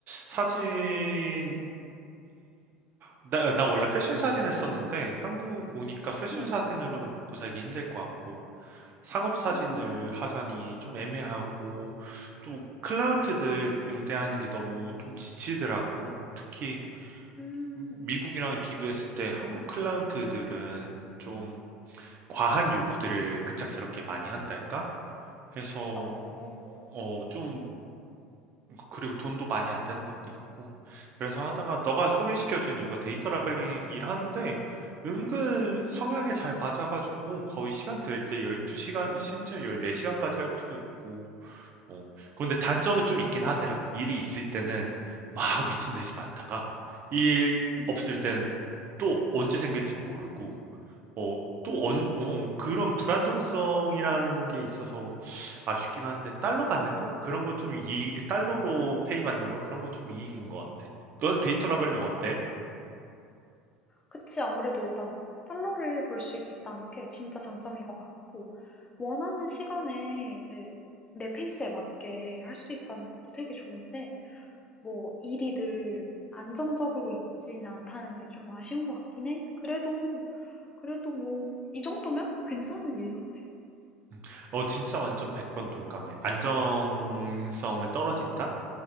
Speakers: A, on the right (about 45°); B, on the left (about 20°).
A: 사진이, 나, 나 원래 패션 사진 했었는데 한국 오니까 패션
B: 음,
A: 사진으로는 먹고 살기 힘들 것 같고 상업 사진을
B: 음.
A: 하자니 좀 애매하고 또 클라이언트들 응대하는 게 너무 좀 지치더라고. 특히
B: 음,
A: 미국이랑 비교했을 때 한국 클라이언트들은 좀 과한 요구들을 급작스럽게 많이 한달까? 해서
B: 어,
A: 어 좀 그리고 돈도 많이 안 되는 것도 있고 그래서 하다가 너가 소개시켜준 이거 데이터 라벨링 일하는데 은근 성향에 잘 맞아가지고 거의 시간 될 때 12시간 심지어 14시간까지 할 때도 있고 어. 그런데 단점은 좀 있긴 하더라. 일이 있을 때는 막 미친 듯이 많다가 일
B: 음,
A: 없을 때는 또 언제 생길지 모르고 어, 또
B: 음.
A: 언, 어, 그런 불안정성이라는 게 있어서 아쉽긴 한데 달러 받는 거? 그런 건 좀 이, 달러로 페이 받는 건 그런 건 좀 이익인 것 같아. 너는 데이터 라벨링 어때?
B: 그치. 아무래도 일단 달러를 벌 수 있다는 게 진짜 장점인 것 같고, 원하는 시간에 이제 내 페이스에 맞게 할 수 있다는 것도 되게 좋은데, 뭐 일이 늘 안정적으로 있지는 않다는 게 좀 아쉬운 것 같긴 해. 그래도, 그래도 뭐, 이 정도면 괜찮은 일 같아.
A: 음. 어, 진짜 완전 100번 동감해. 안정성은 떨어진다?